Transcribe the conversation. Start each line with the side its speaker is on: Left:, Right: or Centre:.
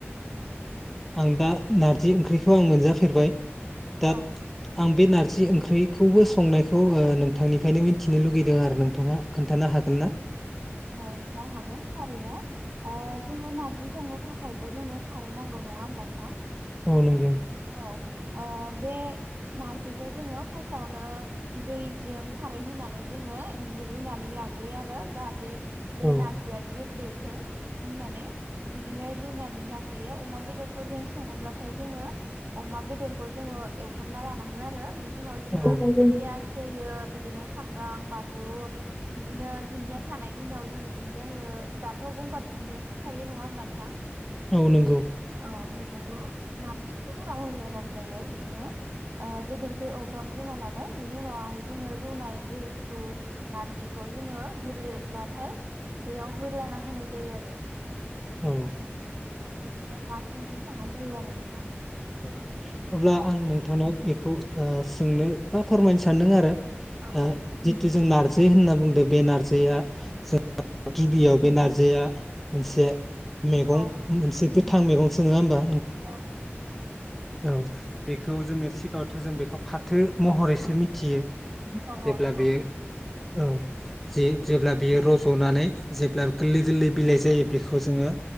Right: औ
Centre: आं दा नारजि ओंख्रिखौ आं मोनजाफेरबाय दा
Right: औ
Centre: आं बे नार जि ओंख्रिखौबो संनायखौ नोंथांनिफ्रायनो मिथिनो लुगैदों आरो नोंथांआ खोन्थानो हागोन ना।
Right: औ नोंथां हागोन थारैनो आ जोंङो नारजि संनो थाखायबो जोंनो खारै नांगौ नङा होमबा नोंथां।
Centre: औ नंगौ
Right: औ आ बे नारजिखौ जोंङो फार्स्टावनो दैजों खारै होनानै जोंङो रुनानै लाग्रोयो आरो जाह थे बे
Centre: औ
Right: नारजिया गेब्ले थो होननानै बिदिनो रुनानै लाग्रोयो अमा बेदरफोरजों सङोब्लाथाय जोंङो अमा बेदरखौ जोंङो एवफ्रामना लानांगोन आरो। बिनि उनाव जोंङो
Centre: औ
Right: पियास होयो बिद बिदिनो सब्राम बानलु बिदिनो थानाय दिनाव जोंङो दुनदिया होयो दाथ' गंगार दुनदिया थायो नंङा होमबा नोंथां।
Centre: औ नंगौ
Right: औ बेफोरखौ नारजि ओंख्रिफोराव होलायाबाबो जायो बिदिनो बेदरखौ एवफ्राम रुना लाबाय बिनि उनावहाय जोंङो रुनाय जिहेथु नारजिखौ जोंङो गेब्लेब्लाथाय बेयाव होलाना होनाय जायो आरो।
Centre: औ
Right: बिदिनो नार्जि ओंख्रि संनाय जायो आरो नोंथां।
Centre: अब्ला
Right: औ
Centre: आं नोंथांनाव केक खौ सोंनो बा फोरमायनो सान्दों आरो।
Right: औ
Centre: ओ जेथि दे जों नार्जि होनना बुंदो बे नारजैया जों गिबियाव बे नारजिया मोनसे
Right: औ
Centre: मैगं मोनसे गो थां मैगं सो नंङा होनबा।
Right: औ नंगौ
Centre: औ बेखौ जोंङो सिगाङावथो जों बेखौ फाथो महरैसो
Right: औ
Centre: मिथियो
Right: औ
Centre: जेब्ला
Right: औ नंगौ
Centre: बेयो औ जे जेब्ला बियो रज'नानै जेब्ला गोरलै गोरलै
Right: औ
Centre: बिलाइ जायो बे खौ जोंङो